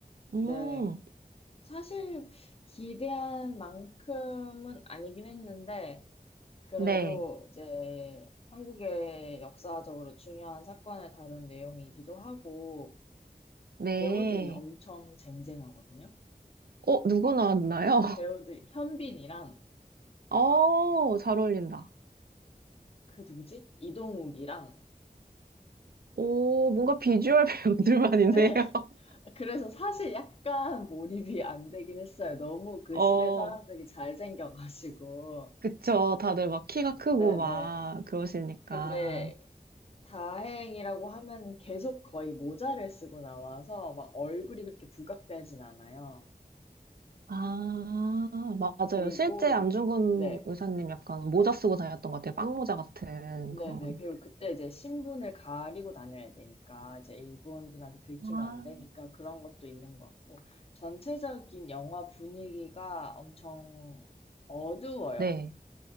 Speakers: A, on the right; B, on the left.
A: 음,
B: 네. 사실 기대한 만큼은 아니긴 했는데, 그래도
A: 네,
B: 이제 한국의 역사적으로 중요한 사건을 다룬 내용이기도 하고,
A: 네.
B: 배우들이 엄청 쟁쟁하거든요.
A: 어, 누구 나왔나요?
B: 배우들, 현빈이랑,
A: <laughs> 어, 잘 어울린다.
B: 그 누구지? 이동욱이랑,
A: 오, 뭔가 비주얼 배우들만인데요.
B: 네. <laughs>
A: <laughs>
B: 그래서 사실 약간 몰입이 안 되긴 했어요. 너무 그
A: 어,
B: 시대 사람들이 잘생겨가지고.
A: 그쵸. 다들 막 키가 크고
B: 네네.
A: 막 그러시니까.
B: 근데 다행이라고 하면 계속 거의 모자를 쓰고 나와서 막 얼굴이 그렇게 부각되진 않아요.
A: 아, 맞아요.
B: 그리고,
A: 실제 안중근
B: 네.
A: 의사님 약간 모자 쓰고 다녔던 것 같아요. 빵모자 같은
B: 네네.
A: 그런.
B: 그리고 그때 이제 신분을 가리고 다녀야 되니까, 이제 일본군한테 들키면
A: 아,
B: 안 되니까 그런 것도 있는 것 같고, 전체적인 영화 분위기가 엄청 어두워요.
A: 네,